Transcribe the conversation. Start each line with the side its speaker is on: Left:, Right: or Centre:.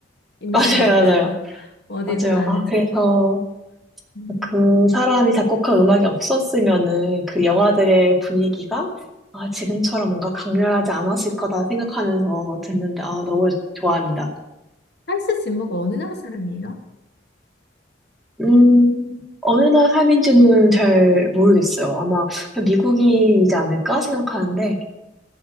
Centre: <laughs>
Left: 이 노래
Centre: 맞아요,
Left: <laughs>
Centre: 맞아요,
Left: 어디서
Centre: 맞아요.
Left: 나는지.
Centre: 아 그래서
Left: 음,
Centre: 그 사람이 작곡한 음악이 없었으면은 그 영화들의 분위기가 아 지금처럼 뭔가 강렬하지 않았을 거다 생각하면서 듣는데 아 너무 좋아합니다.
Left: 한스 짐머가 어느 나라 사람이에요?
Centre: 음, 어느 나라 삶인지는 잘 모르겠어요. 아마 그냥 미국인이지 않을까 생각하는데.